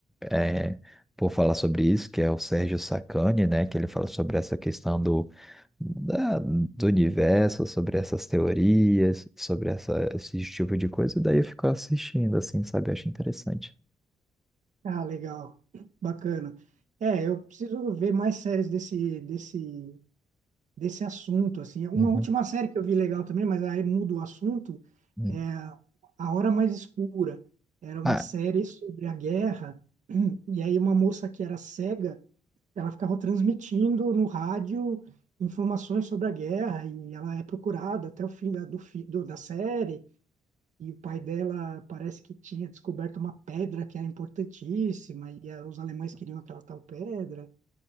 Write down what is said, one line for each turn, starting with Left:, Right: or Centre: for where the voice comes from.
Centre: é, por falar sobre isso, que é o Sérgio Sacani, né? Que ele fala sobre essa questão do, da- do universo, sobre essas teorias, sobre essa, esse tipo de coisa. Daí eu fico assistindo, assim, sabe? Eu acho interessante.
Right: Ah, legal. Bacana. É, eu preciso ver mais séries desse, desse, desse assunto, assim. Uma
Centre: Uhum,
Right: última série que eu vi legal também, mas aí muda o assunto,
Centre: uhum.
Right: é A Hora Mais Escura. Era uma
Centre: Ah,
Right: série sobre a guerra, <clears throat> e aí uma moça que era cega, Ela ficava transmitindo no rádio informações sobre a guerra e ela é procurada até o fim da, do, fi- do- da série. E o pai dela parece que tinha descoberto uma pedra que era importantíssima e eh, os alemães queriam aquela tal pedra.